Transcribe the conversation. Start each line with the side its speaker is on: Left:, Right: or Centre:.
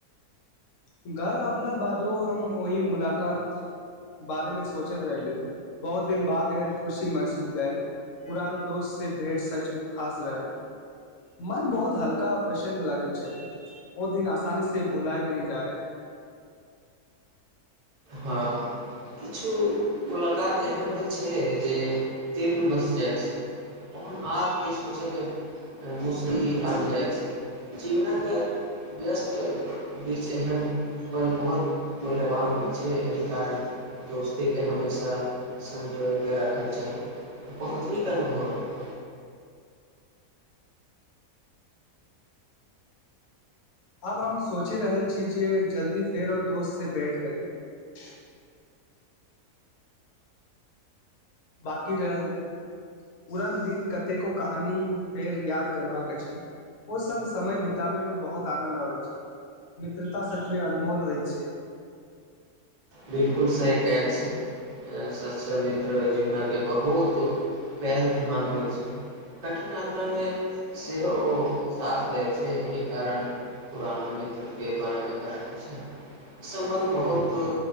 Left: घर आबला बादो हम ओहि मुलाकात बारे मे सोचैत रहलिय बहुत दिन बाद एहन खुशी महसूस भेल पुरान दोस्त से भेंट सच मे खास रहल मन बहुत हल्का आ प्रसन्न लागैत छै ओ दिन आसानी से भुलाय न जायत
Right: हँ किछु मुलाकात एहन होइत छै जे तेलमे बसि जाइत छै ओहन आदके सोचैके मुस््की आबि जाइत छै जीवनक व्यस्त बीच एहन पल बहुत मूल्यवान होइत छै छै एहि कारण दोस्तीके हमेशा संजोगके राखैके चाही
Left: जायत
Right: बहुत नीक अनुभव रहलै
Left: अब हम सोचि रहल छी जे जल्दी फेर ओ दोस्त से बैट करी <unintelligible> बाकी रहल पुरन दिन कतेको कहानी फेर याद करबाक अछि ओ सङ्ग समय बिताबयमे बहुत आनन्द आबैत छै मित्रता सचमे अनमोल होइत छै
Right: बिलकुल सही कैत छै सच मित्र जीवनके बहुत पैघ धन होइत छै कठिन यात्रामे सेहो ओ साथ दैत छै एहि कारण पुराना मित्रके बना रखैत छै ई सम्बन्ध बहुत